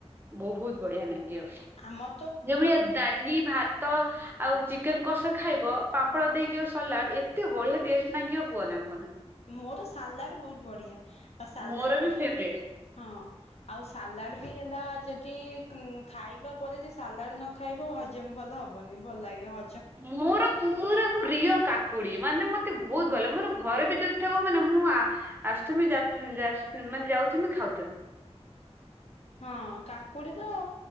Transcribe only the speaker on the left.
ଆମ
ମୋର ତ ସାଲାଡ ବହୁତ ବଢିଆ ଆଉ ସାଲାଡ
ବି
ହଁ। ଆଉ ସାଲାଡ ବି ହେଲା ଯଦି ଉ ଖାଇବା ପରେ ସାଲାଡ ନ ଖାଇବ ହଜମ ଭଲ ହବନି ଭଲ ଲାଗିବ
ହଁ କାକୁଡି ତ